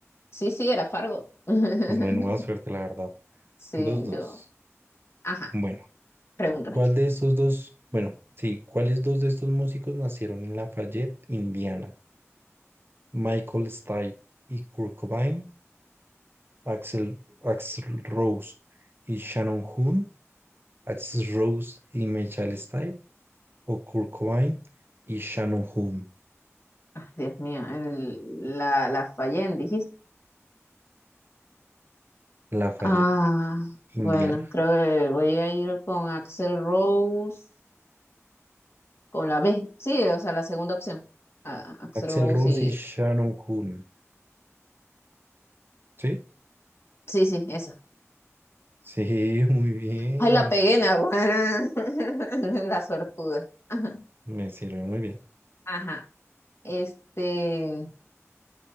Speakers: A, on the left; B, on the right.
A: Sí, sí, era Fargo. <laughs>
B: pues menuda suerte, la verdad.
A: Sí,
B: Dos, dos.
A: yo. Ajá,
B: Bueno,
A: pregúntame.
B: ¿cuál de estos dos? Bueno, sí, ¿cuáles dos de estos músicos nacieron en Lafayette, Indiana? Michael Stipe y Kurt Cobain, Axel, Axl Rose y Shannon Hoon, Axl Rose y Michael Stipe, o Kurt Cobain y Shannon Hoon,
A: Ay, Dios mío, el- la, la fallé en, dijiste.
B: Lafayette,
A: Ah,
B: Indiana.
A: bueno, creo que voy a ir con Axel Rose, con la B. Sí, o sea, la segunda opción. Ah, Axel
B: Axel
A: Rose
B: Rose
A: y...
B: y Shannon Hoon, ¿sí?
A: Sí, sí, esa.
B: Sí, <laughs> muy bien.
A: Ay, la pegué, naguará. <laughs> La suertuda. Ajá.
B: Me sirve muy bien.
A: Ajá. Este,